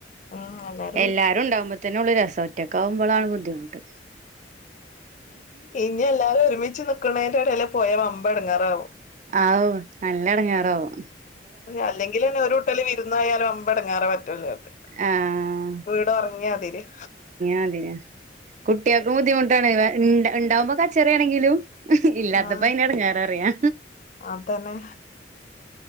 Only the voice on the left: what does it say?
ഉം എല്ലാരും
ഉണ്ട്
ഇഞ്ഞെല്ലാരും ഒരുമിച്ച് ന്ന്ക്ക്ണേന്റെടേല് പോയാ വമ്പേട്ങ്ങേറാവും
അല്ലെങ്കിലെന്നെ ഒരൂട്ടല് വിര്ന്നോയാല് വമ്പേട്ങ്ങേറ മറ്റുള്ളോൽക്ക്
വീടൊർങ്യാതിരിയ
ആഹ്
അതന്നെ